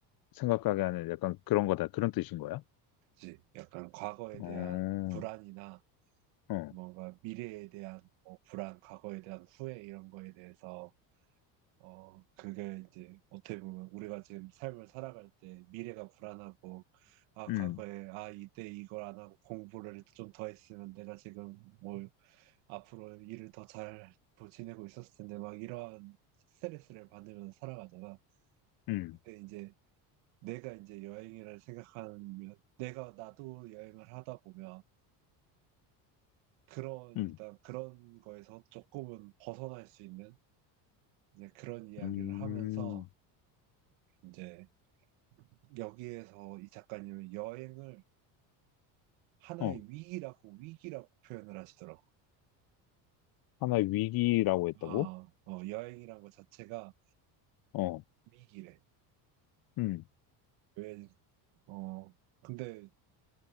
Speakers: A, on the left; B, on the right.
A: 생각하게 하는 약간 그런 거다. 그런 뜻인 거야?
B: 그치? 약간 과거에
A: 어,
B: 대한 불안이나
A: 어,
B: 뭔가 미래에 대한 뭐 불안, 과거에 대한 후회 이런 거에 대해서 어, 그게 이제 어떻게 보면 우리가 지금 삶을 살아갈 때 미래가 불안하고, 아,
A: 음,
B: 과거에, 아, 이때 이걸 안 하고 공부를 좀 더 했으면 내가 지금 뭐 앞으로 일을 더 잘 지내고 있었을 텐데, 막 이러한 스트레스를 받으면서 살아가잖아.
A: 음,
B: 근데 이제 내가 이제 여행이라 생각하면, 내가 나도 여행을 하다 보면, 그런,
A: 음,
B: 일단 그런 거에서 조금은 벗어날 수 있는 이제 그런 이야기를
A: 음,
B: 하면서,
A: 음.
B: 이제 여기에서 이 작가님은 여행을 하나의
A: 어,
B: 위기라고 위기라고 표현을 하시더라고.
A: 하나의 위기라고 했다고?
B: 아, 어, 여행이란 것 자체가
A: 어,
B: 위기래.
A: 음,
B: 왜, 어, 근데